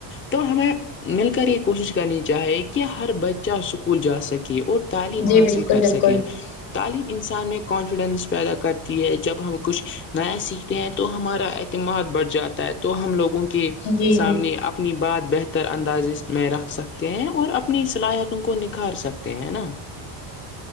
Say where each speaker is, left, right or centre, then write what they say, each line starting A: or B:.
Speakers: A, on the left; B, on the left.
A: تو ہمیں مل کر ایک کوشش کرنی چاہے کہ ہر بچہ اسکول جا سکے اور تعلیم
B: جی
A: حاصل
B: بالکل
A: کر
B: بالکل
A: سکے تعلیم انسان میں کانفیڈینس پیدا کرتی ہے جب ہم کچھ نیا سیکھتے ہیں تو ہمارا مت بڑھ جاتا ہے تو ہم لوگوں کے
B: جی
A: سامنے
B: جی
A: اپنی بات بہتر اندازی میں رکھ سکتے ہیں اور اپنی صلاحیتوں کو نکھار سکتے ہیں نا